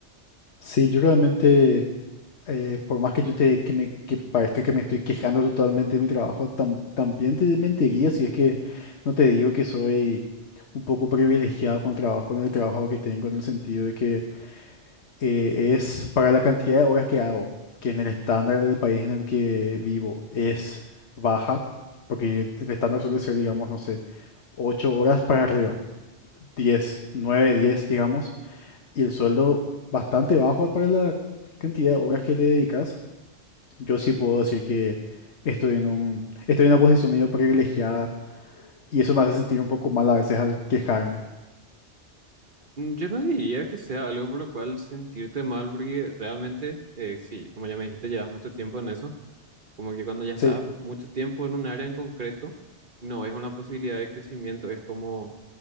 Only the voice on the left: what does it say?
Sí, yo realmente, eh, por más que yo te que me que parezca que me estoy quejando totalmente de mi trabajo, tam- también te mentiría si es que no te digo que soy un poco privilegiado con el trabajo, con el trabajo que tengo, en el sentido de que eh, es para la cantidad de horas que hago, que en el estándar del país en el que vivo es baja, porque el estándar suele ser, digamos, no sé, 8 horas para arriba, 10 9 10 digamos y el sueldo bastante bajo para la cantidad de horas que le dedicas, yo sí puedo decir que estoy en un, estoy en una posición medio privilegiada y eso me hace sentir un poco mal a veces al quejarme.
Sí,